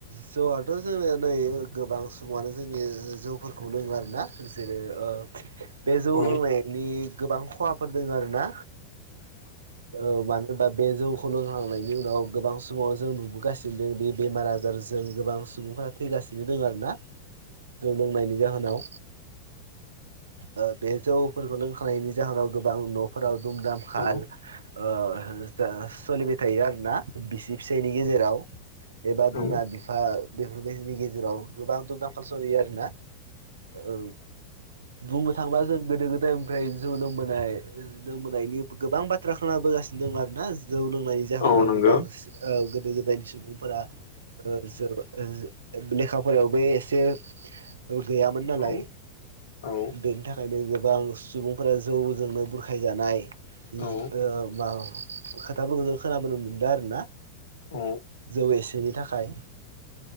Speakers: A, on the right (about 70°); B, on the left (about 60°).
A: जौआथ' जोङो नै गोबां सुबुंआनो जोंनि जौफोरखौ लोङो आरोना। जेरै ओ बे जौ
B: औ
A: लोंनायनि गोबां खहाफोर दङ आरो ना। औ मानो होनबा बे जौखौलोंखांनायनि उनाव गोबां समाव जों नुबोगासिनो दं दि बेमार आजारजों गोबां सुबुंफोरा थैगासिनो दोङो आरोना। जों लोंनायनि जाहोनाव। ओ बे जौफोरखौ लोंखानायनि जाहोनाव गोबां न' फोराव दुम दामखाल
B: औ
A: ओ हो सोलिबाय थायो आरो ना। बिसि फिसायनि गेजेराव एबा
B: औ
A: बिमा बिफा बेफोरबायदिनि गेजेराव गोबां दुमदांखाल सलियो आरोना। ओ बुंनो थाङोबा जों गोदो गोदायनिफ्राय जौ लोंबोनाय लोंबोनायनि गोबां बाथ्रा खोनाबोगासि दं आरोना जौ लोंनायनि जाहोनाव
B: औ नंगौ
A: गोबां ओ गोदो गोदायनि सुबुंफोरा। ओ जों ओ लेखा फारावबो एसे गैयामोन नालाय।
B: औ औ
A: बेनि थाखायनो गोबां सुबुंफोरा जौजोंनो बुरखाय जानाय। जो
B: औ
A: ओ माबा खोथाफोरखौ जों खोनाबोनो मोनदों आरो ना।
B: औ
A: जौ एसेनि थाखाय